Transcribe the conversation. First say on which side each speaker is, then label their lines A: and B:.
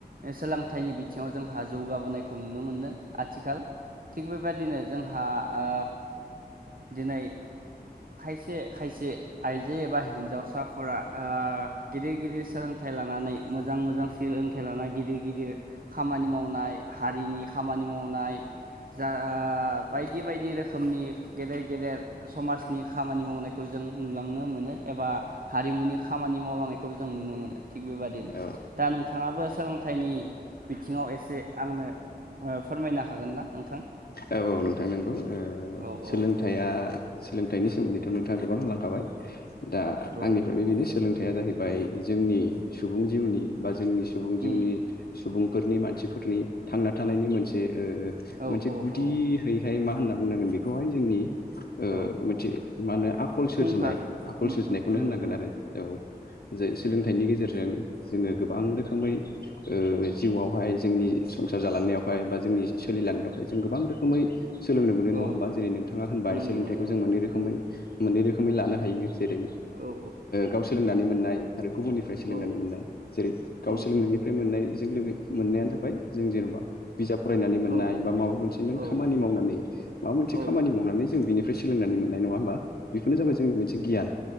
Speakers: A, on the right (about 55°); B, on the left (about 60°).
A: सोलोंथाइनि बिथिङाव जोंहा जौगाबोनायखौ नुनो मोनदों आथिखाल थिग बेबायदिनो जोंहा ओ दिनै खायसे खायसे आइजो एबा हिन्जावसाफोरा ओ गिदिर गिदिर सोलोंथाइ लानानै मोजां मोजां सोलोंथाइ लानाय गिदिर गिदिर खामानि मावनाय हारिनि खामानि मा मावनाय जा ओ बायदि बायदि रोखोमनि गेदेर गेदेर समाज नि खामानि मावनायखौ जों नुलांनो मोनो एबा हारिमुनि खामानि मावलांनायखौ जों नुनो मोनो थिग बेबायदिनो
B: औ
A: दा नोंथाङाबो सोलोंथाइनि बिथिङाव एसे आंनो फोरमायनो हागोन ना नोंथां?
B: औ औ नोंथां नंगौ ओ
A: औ
B: सोलोंथाइया
A: औ औ
B: सोलोंथाइनि सोमोन्दैथ नोंथाङा गोबां लांखाबाय दा
A: औ
B: आंनिफ्रायबो बेनो सोलोंथाइ हया जाहैबाय जोंनि सुबुं जिउनि बा जोंनि सुबुं जिउनि
A: उम
B: सुबुं फोरनि मानसिफोरनि थांना थानायनि मोनसे ओ
A: औ
B: मोनसे
A: औ
B: गुदियैहाय
A: औ
B: मा होनना बुंनांगोन बेखौहाय जोंनि ओ
A: औ
B: मोनसे मा होनो आखल सोरजिनाय
A: फुंखा
B: आखल
A: उम उम
B: सोरजिनायखौनो
A: उम
B: होननांगोन
A: उम
B: आरो औ जे सोलोंथाइनि गेजेरजों जों जोंङो गोबां रोखोमै ओ जिउआवहाय जोंनि संसार जालांनायावहाय बा जों जोंनि सोलिलांनायावहाय जों गोबां रोखोमै सोलोंनो मोनो नङा
A: औ
B: होमबा जेरै नोंथाङा होनबाय
A: नंगौ
B: सोलोंथाइखौ
A: नंगौ
B: जों
A: नंगौ
B: मोननै रोखोमै
A: औ
B: मोननै रोखोमै लानो हायो। जेरै
A: औ
B: गाव सोलोंनानै मोननाय आरो गुबुननिफ्राय सोलोंनानै
A: औ
B: मोननाय जेरै गाव
A: औ
B: सोलोंनायनिफ्राय मोननायजों लोगो मोननायानो जाबाय जों जेन'बा बिजाब फरायनानै मोननाय
A: औ
B: बा माबा मोनसे नों
A: औ
B: खामानि मावनानै मा मोनसे
A: औ
B: खामानि मावनानै जों बिनिफ्राय सोलोंनानै मोननाय नङा हब बेखौ जा जाबाय जों मोनसे गियान